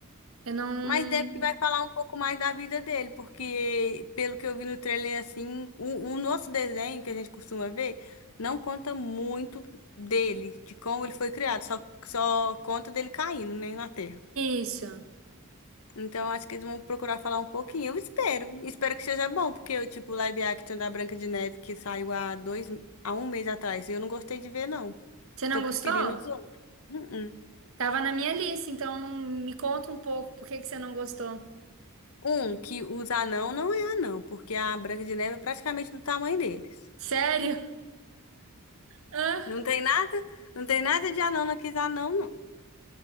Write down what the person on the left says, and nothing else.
Mas deve que vai falar um pouco mais da vida dele, porque pelo que eu vi no trailer assim, o, o nosso desenho que a gente costuma ver não conta muito dele, de como ele foi criado, só só conta dele caindo, né, na Terra.
Então, acho que eles vão procurar falar um pouquinho. Eu espero. Espero que seja bom, porque o tipo o live action da Branca de Neve que saiu há dois, há um mês atrás, eu não gostei de ver, não.
Tô
preferindo os outros. Uh-uh.
Um, que os anão não é anão, porque a Branca de Neve é praticamente do tamanho deles.
Não tem nada, não tem nada de anão naqueles anão, não.